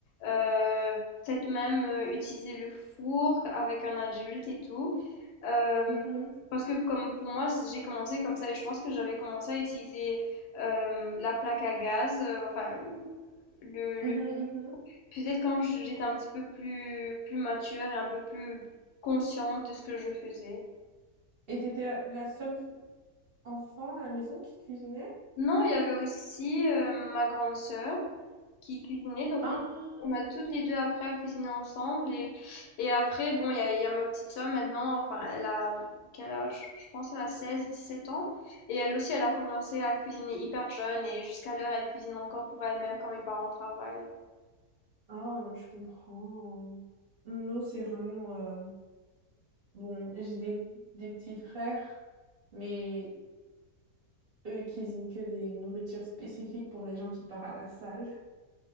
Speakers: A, on the left (about 80°); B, on the right (about 45°).
A: euh, peut-être même euh, utiliser le four avec un adulte et tout. Euh,
B: mhm,
A: parce que comme pour moi, j'ai commencé comme ça et je pense que j'avais commencé à utiliser euh, la plaque à gaz, euh, enfin le, le
B: mhm, mhm.
A: peut-être quand je- j'étais un petit peu plus plus mature et un peu plus consciente de ce que je faisais.
B: Et t'étais la seule enfant à la maison qui cuisinait?
A: Non, il y avait aussi euh, ma grande sœur qui cuisinait, donc
B: Ah,
A: on, on a toutes les deux après à cuisiner ensemble et et après bon, il y a, il y a ma petite sœur maintenant, enfin elle a quel âge? Je pense elle a seize dix sept ans et elle aussi elle a commencé à cuisiner hyper jeune et jusqu'à l'heure elle cuisine encore pour elle-même quand mes parents travaillent.
B: Ah, je comprends. Nous, c'est vraiment... euh, Bon, j'ai des, des petits frères, mais eux, ils cuisinent que des nourritures spécifiques pour les gens qui partent à la salle.